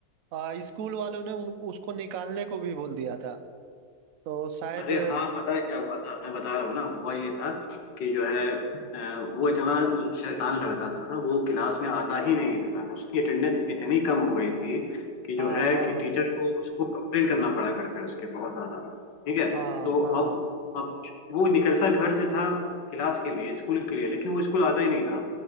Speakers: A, on the right; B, on the left.
A: आ, स्कूल वालों ने उन, उसको निकालने को भी बोल दिया था तो शायद
B: अरे हाँ पता है क्या हुआ था मैं बता रहा हूँ ना हुआ ये था कि जो है अ, वो इतना शैतान लड़का था वो क्लास में आता ही नहीं था उसकी अटेंडेंस इतनी कम हो गई थी कि जो
A: हाँ
B: है
A: हाँ
B: कि टीचर को उसको कंप्लेन करना पड़ा घर पे उसके बहुत ज्यादा ठीक है
A: हाँ
B: तो
A: हाँ
B: अब अब वो निकलता घर से था क्लास के लिए स्कूल के लिए लेकिन वो स्कूल आता ही नहीं था